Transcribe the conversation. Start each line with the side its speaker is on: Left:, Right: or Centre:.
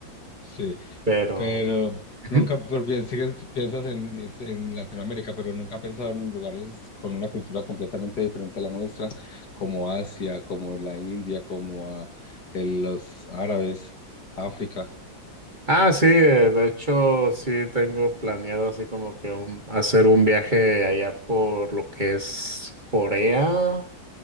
Left: Sí.
Right: pero...
Left: Pero
Right: Ujú.
Left: nunca, pero pi- sigues- piensas en, es- en Latinoamérica, pero nunca he pensado en lugares con una cultura completamente diferente a la nuestra, como Asia, como la India, como a, el- los árabes, África.
Right: Ah, sí, eh, de hecho sí tengo planeado así como que un- hacer un viaje allá por lo que es Corea,